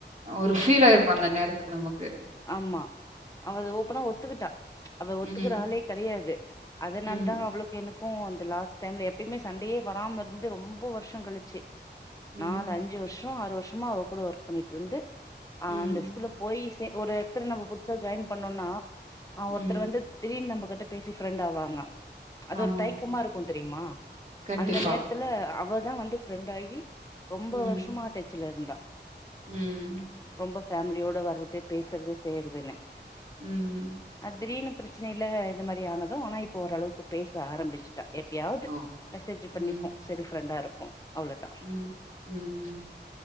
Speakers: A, on the right; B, on the left.
A: ஒரு ஃபீல் ஆயிருக்கு அந்த நேரதுகு நமக்கு
B: ஆமா அவ அத ஓப் அப்பதா ஒத்துக்கிட்டா அவ ஒத்துக்கிற
A: ம்.
B: ஆளே கெடயாது அதனால
A: ம்.
B: தா அவளுக் எனக்கு அந்த லாஸ்ட்டைம்ல எபயுமே சண்டேயே வராம இருந்து ரொம்ப வர்ஷோ கழிச்சு நாலு
A: ம்.
B: அஞ்சு வருஷ்சோ ஆறு வருஷமா அவ கூட ஒர்க் பண்ணிட்டுருந்து அ
A: ம்.
B: அந்த ஸ்கூல்ல போய் சே ஒரு எடத்துல நம்ம புதுசா ஜாயின் பண்ணோனா ஒருத்தர்
A: ம்.
B: வந்து திடீர்னு நம்ப கிட்ட பேசி ஃப்ரெண்ட் ஆவாங்க அது
A: ஆமாங்க.
B: ஒரு தயக்கமா இருக்கு தெரியுமா
A: கண்டிப்பா.
B: அந்த நேரத்துல அவதா வந்து ஃப்ரெண்ட் ஆகி ரொம்ப
A: ம்.
B: வருஷமா டச்சுல இருந்தா
A: ம்.
B: ரொம்ப பேமிலியோட வறது பேசுறது செய்யறதுனு
A: ம்
B: அ திடீர்னு பிரச்சனைல இந்த மாரி ஆனது ஆனா இப்ப ஓரளவுக்கு பேச ஆரம்பிச்சுட்டா எப்பயாது
A: ஓ!
B: மெசேஜ் பண்ணிப்போ
A: ம்.
B: செரி ப்ரெண்டாருப்போ அவ்ளோதா
A: ம். ம்.